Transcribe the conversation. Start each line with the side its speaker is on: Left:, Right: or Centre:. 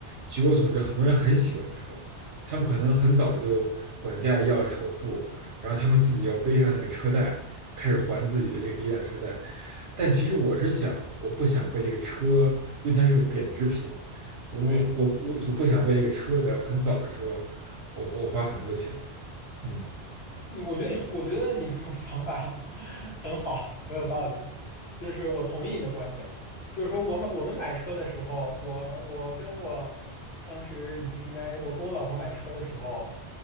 Right: 据我所知，很多人很喜欢车，他们可能很早就管家里要首付，然后他们自己要背上那个车贷，开始还自己的这个第一辆车贷。
Left: 嗯
Right: 但其实我是想，
Left: 嗯。
Right: 我不想被这个车，因为它是个贬值品。我我我就不想为这个车在我很早的时候
Left: 对，
Right: 我我花很多钱，嗯，
Left: 你我觉得你说我觉得你这种想法 <laughs> 很好，很有道理。就是我同意你的观点，就是说我买我们买车的时候，我我跟我当时已经应该，我跟我老婆买车的时候，